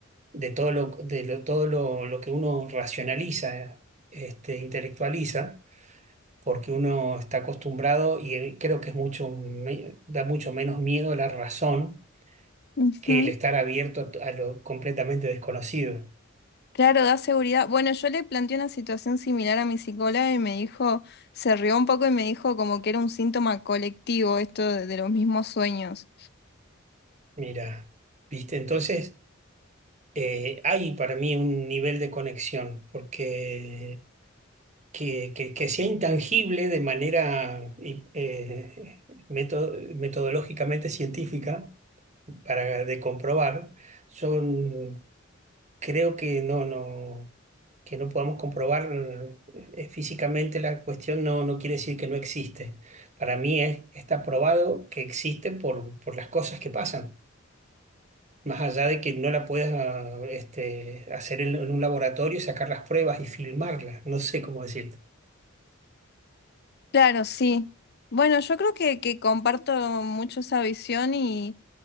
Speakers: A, on the right; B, on the left.
A: de todo lo, de lo- todo lo, lo que uno racionaliza, este, intelectualiza, porque uno está acostumbrado y eh, creo que es mucho, me- da mucho menos miedo la razón
B: Ujú.
A: que el estar abierto a, t- a lo completamente desconocido.
B: Claro, da seguridad. Bueno, yo le planteé una situación similar a mi psicóloga y me dijo, se rió un poco y me dijo como que era un síntoma colectivo esto de, de los mismos sueños.
A: Mira, ¿viste? Entonces, eh, hay para mí un nivel de conexión, porque que, que- que sea intangible de manera y, eh, meto- metodológicamente científica para de comprobar, son, creo que no, no, que no podamos comprobar eh, físicamente la cuestión no, no quiere decir que no existe. Para mí es- está probado que existe por, por las cosas que pasan. Más allá de que no la puedas ah, este, hacer en, en un laboratorio y sacar las pruebas y filmarlas, no sé cómo decirlo.
B: Claro, sí. Bueno, yo creo que, que comparto mucho esa visión y,